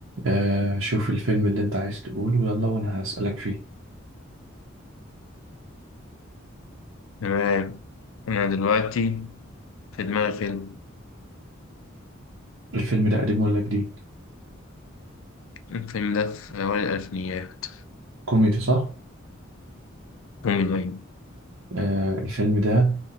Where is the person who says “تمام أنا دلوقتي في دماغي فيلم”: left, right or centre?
Left